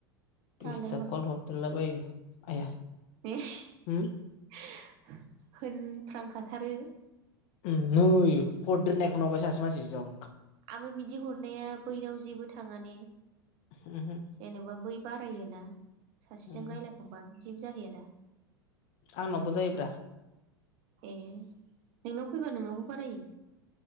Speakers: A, on the right; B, on the left.
A: दालाय
B: दिसथाब कल हरथारलाबायो। आया
A: <unintelligible>
B: उम
A: होनफ्लांखाथारो
B: उम नोय खरदोहोनायखोनो नुवाखय सासे मानसिजों।
A: आंबो बिदि हरनाया बैनाव जेबो थांङा ने?
B: उमहो
A: जेनेबा बैबा फैयोना? सासेजों
B: उम
A: रायलायखांबा जिब जाहैयादा?
B: आंनावबो जायोब्रा।
A: ए नोंनाव फैबा नोंनावबो बारायो?